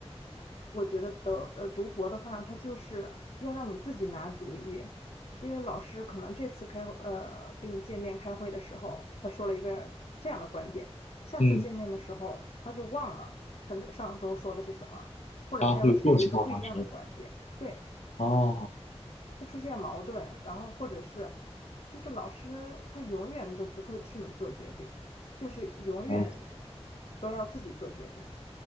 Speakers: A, on the left; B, on the left.
A: 我觉得德呃读博的话，它就是要让你自己拿主意，因为老师可能这次开呃跟你见面开会的时候，他说了一个这样的观点，下次见面的时候他就忘了他上周说的是什么，
B: 嗯，
A: 或者他又提了一个不一样的观点。
B: 啊，会有这种情况发生。
A: 对。
B: 哦，
A: 会出现矛盾，然后或者是就是老师他永远都不会替你做决定，就是永远
B: 哦，
A: 都要自己做决定。